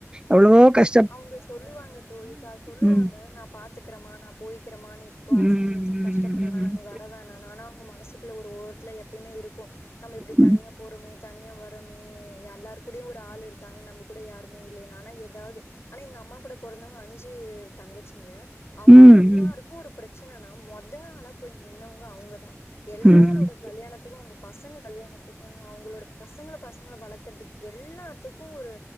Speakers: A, on the right; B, on the left.
A: எவ்ளவோ கஷ்
B: அவுங்க சொல்லுவாங்க தோழி கா சொல்லுவாங்க
A: ம்
B: நா பாத்துக்கறமா நா போய்க்கிறமா நீ பசங்கள
A: ம் ம்
B: வெச்சினு கஷ்டப்பட வேணா நீ வர வேணானு ஆனா அவங்க மனசுக்குள்ள ஒரு ஓரத்துல எப்பயுமே இருக் கு நம்ம இப்டி
A: ம்
B: தனியா போறோமே தனியா வரமே எல்லார் கூடயு ஒரு ஆள் இருக்காங்க நம்ப கூட யாரு ஆனா எதாவ்து ஆனா எங்கம்மா கூட பொறந்தவங்க அஞ்சு தங்கச்சிங்க அவுங்க
A: ம் ம் ம்
B: எல்லாருக்கு ஒரு பிரச்சனன்னா மொத ஆளா போய் நின்னவ்ங்க அவுங்க தா எல்லாரோட
A: ம்
B: கல்யாணத்துக்கு அவுங்க பசங்க கல்யாணத்துக்கு அவுங்களோட பசங்கள பசங்கள வளக்கறதுக் எல்லாத்துக்கு ஒரு